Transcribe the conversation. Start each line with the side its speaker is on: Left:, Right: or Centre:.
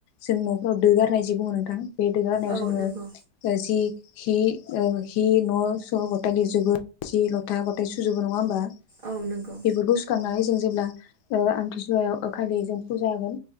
Left: जों न'खराव दोगारनाय जि बुङो नोंथां बे दोगारनायाव
Right: औ
Left: जोङो
Right: नंगौ
Left: जि हि ओ हि न' स' गथाय लिरजोबो सि लथा गथाय सुजोबो नङा होमबा?
Right: औ नंगौ
Left: बेफोरखौ सुखांनानै जों जेब्ला ओ आमथिसुवायाव <unintelligible> जों फुजा होगोन